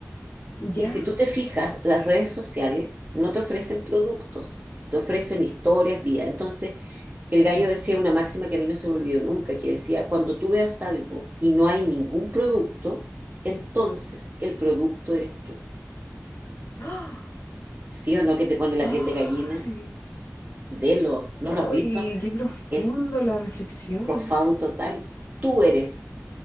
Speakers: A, on the left; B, on the right.
A: ¿Ya?
B: Y si tú te fijas, las redes sociales no te ofrecen productos, te ofrecen historias, vida. Entonces, el gallo
A: Mm.
B: decía una máxima que a mí no se me olvidó nunca, que decía, cuando tú veas algo y no hay ningún producto, entonces el producto eres tú.
A: ¡Ah!
B: sí o no que te pone la
A: ¡Ay!
B: piel de gallina, velo, ¿no
A: ¡Ay!
B: lo has visto?
A: ¡Qué profundo
B: Es
A: la reflexión!
B: profound total. Tú eres,